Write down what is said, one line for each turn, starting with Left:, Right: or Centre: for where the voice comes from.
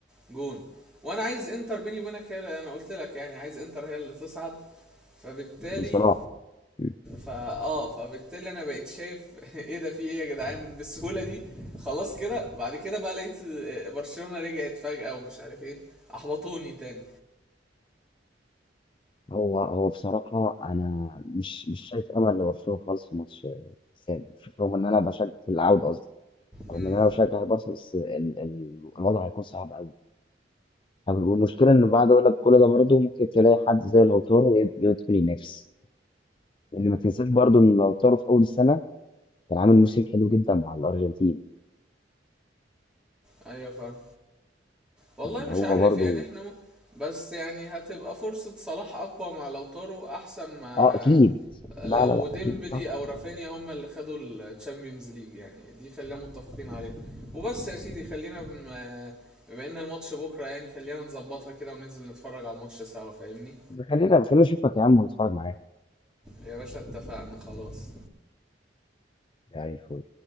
Centre: جون وانا عايز انتر بيني وبينك هي انا قلت لك يعني عايز انتر هي اللي تصعد فبالتالي
Left: من صلاح مم.
Centre: فا اه فبالتالي انا بقيت شايف <laughs> ايه ده في ايه يا جدعان بالسهوله دي خلاص كده بعد كده بقى لقيت برشلونه رجعت فجاه ومش عارف ايه احبطوني تاني
Left: هو هو بصراحه انا مش مش شايف امل لبرشلونه خالص في ماتش آه، السادس شوف رغم ان انا بشجع في العوده قصدي رغم
Centre: امم
Left: ان انا بشجع البارسا بس ال- ال- الوضع هيكون صعب قوي والمشكله ان بعد اقول لك كل ده برضه ممكن تلاقي حد زي لوتارو يد- يدخل ينافس لان ما تنساش برضه ان لوتارو في اول السنه كان عامل موسم حلو جدا مع الارجنتين
Centre: ايوه فاهم والله
Left: يعني
Centre: مش
Left: هو
Centre: عارف
Left: برضو
Centre: يعني احنا م... بس يعني هتبقى فرصة صلاح أقوى مع لوتارو أحسن ما
Left: اه اكيد
Centre: لو
Left: لا لا لا
Centre: ديمبلي
Left: اكيد بصراحه
Centre: أو رافينيا هما اللي خدوا الشامبيونز ليج يعني دي خلينا متفقين عليها وبس يا سيدي خلينا بم... بما إن الماتش بكرة يعني خلينا نظبطها كده وننزل نتفرج على الماتش سوا فاهمني
Left: خلينا خلينا نشوفك يا عم ونتفرج معاك
Centre: يا باشا اتفقنا خلاص
Left: يعني الفول